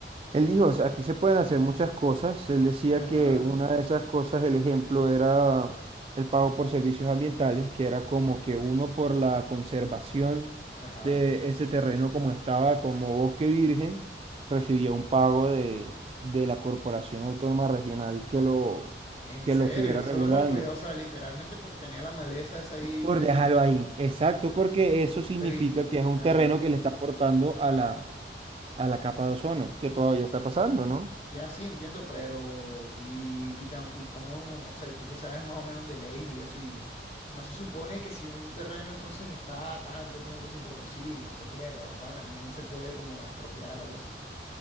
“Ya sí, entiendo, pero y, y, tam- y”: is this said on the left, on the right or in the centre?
Left